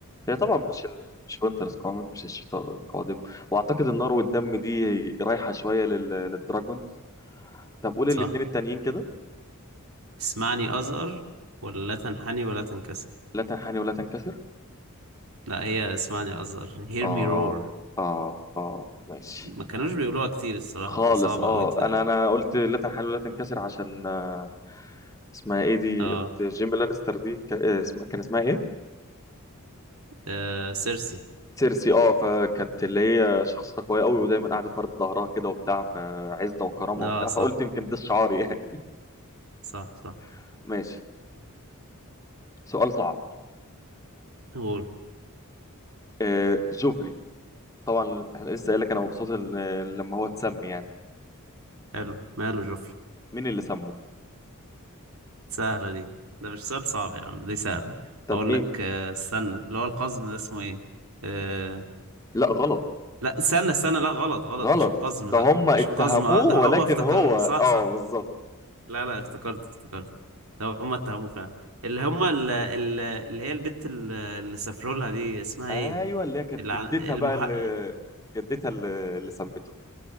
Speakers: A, on the left (about 15°); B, on the right (about 75°).
A: هي طبعا مش ال... مش وينتر از كومينج مش الشتاء القادم واعتقد النار والدم دي رايحه شويه لل... للدراجونز طب قول
B: صح
A: الاثنين التانيين كده
B: اسمعني أزأر ولا لا تنحني ولا تنكسر
A: لا تنحني ولا تنكسر
B: لا هي اسمعني أزأر hear
A: اه
B: me roar
A: اه اه ماشي
B: ما كانوش بيقولوها كتير الصراحة
A: خالص
B: فصعبة
A: اه
B: أوي ت...
A: انا انا قلت لا تنحني ولا تنكسر عشان آه، اسمها ايه دي
B: اه
A: اخت جيمي لانستر دي ك... آه، اسمها كان اسمها ايه
B: آه، سيرسي
A: سيرسي اه فكانت اللي هي شخصيتها قويه قوي ودايما قاعده فرد ظهرها كده وبتاع فعزه وكرامه
B: اه
A: وبتاع
B: صح
A: فقلت يمكن ده الشعار يعني
B: صح صح
A: <laughs> ماشي سؤال صعب
B: قول
A: آه جوفري طبعا احنا لسه قايل لك انا مبسوط إن- لما هو اتسمي يعني
B: حلو ماله جوفري
A: مين اللي سمه
B: سهلة دي ده مش سؤال صعب يا عم دي سهلة
A: طب
B: أقول
A: مين
B: لك آه، استنى اللي هو القزم ده اسمه إيه؟ آه...
A: لا غلط
B: لا استنى استنى لا غلط غلط
A: غلط
B: مش القزم
A: ده
B: لا
A: هم اتهموه
B: مش القزم اه ده
A: ولكن
B: هما افتكروه
A: هو
B: صح
A: اه
B: صح
A: بالظبط
B: لا لا افتكرت افتكرت ده هما اتهموه فعلا اللي هما ال- ال- اللي هي البت ال- اللي سافروا لها دي اسمها
A: ايوه
B: إيه؟
A: اللي هي كانت
B: اللي
A: جدتها
B: عن... المح...
A: بقى اللي جدتها اللي, اللي سمته